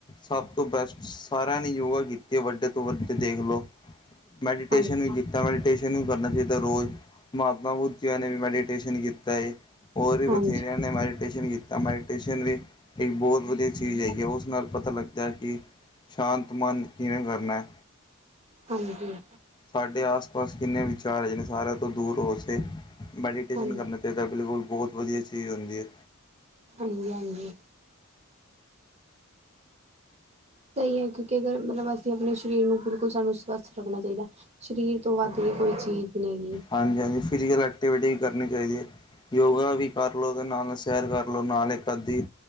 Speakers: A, on the left; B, on the right.
A: ਸਭ ਤੋਂ ਬੈੱਸਟ ਸਾਰਿਆਂ ਨੇ ਯੋਗਾ ਕੀਤੀ ਐ ਵੱਡੇ ਤੋਂ ਵੱਡੇ ਦੇਖ ਲੋ ਮੈਡੀਟੇਸ਼ਨ
B: ਹਾਂਜੀ
A: ਵੀ ਕੀਤੀ ਮੈਡੀਟੇਸ਼ਨ ਵੀ ਕਰਨਾ ਚਾਹੀਦਾ, ਰੋਜ਼ ਮਹਾਤਮਾ ਬੁਜੀਆ ਨੇ ਵੀ ਮੈਡੀਟੇਸ਼ਨ ਕੀਤਾ ਏ। ਹੋਰ ਵੀ ਬਥੇਰੇਆਂ
B: ਹਾਂਜੀ ਹਾਂਜੀ
A: ਨੇ ਮੈਡੀਟੇਸ਼ਨ ਕੀ ਤਾਂ ਮੈਡੀਟੇਸ਼ਨ ਵੀ ਇੱਕ ਬਹੁਤ ਵਧੀਆ ਚੀਜ਼ ਹੈਗੀ ਐ, ਓ ਨਾਲ ਪਤਾ ਲੱਗਦਾ ਕਿ ਸ਼ਾਂਤ ਮਨ ਕਿਵੇਂ ਕਰਨਾ?
B: ਹਾਂਜੀ
A: ਸਾਡੇ ਆਸ ਪਾਸ ਕਿੰਨੇ ਵਿਚਾਰ ਹੈ ਜਿੱਨੇ ਸਾਰਿਆਂ ਤੋਂ ਦੂਰ ਉਸ ਤੇ ਮੈਡੀਟੇਸ਼ਨ
B: ਹਾਂਜੀ
A: ਕਰਨਾ ਇਹ ਤਾਂ ਬਿਲਕੁਲ ਬਹੁਤ ਵਧੀਆ ਚੀਜ਼ ਹੁੰਦੀ ਹੈ।
B: ਹਾਂਜੀ-ਹਾਂਜੀ। ਸ ਸਹੀਹੀ ਐ ਕਿਉਂਕਿ ਅਗਰ ਮਤਲਬ ਅਸੀਂ ਆਪਣੇ ਸਰੀਰ ਨੂੰ ਬਿਲਕੁਲ ਸਾਨੂੰ ਸਵੱਸਥ ਰੱਖਣਾ ਚਾਹੀਦਾ। ਸਰੀਰ ਤੋਂ ਵੱਧ ਕੋਈ ਚੀਜ਼ ਨਈਗੀ।
A: ਹਾਂਜੀ-ਹਾਂਜੀ ਫਿਜੀਕਲ ਐਕਟੀਵਿਟੀ ਵੀ ਕਰਨੀ ਚਾਹੀਦੀ ਹੈ। ਯੋਗਾ ਵੀ ਕਰ ਲਉ ਤੇ ਨਾਲ-ਨਾਲ ਸੈਰ ਕਰ ਲਓ ਨਾਲ ਇੱਕ ਅੱਧੀ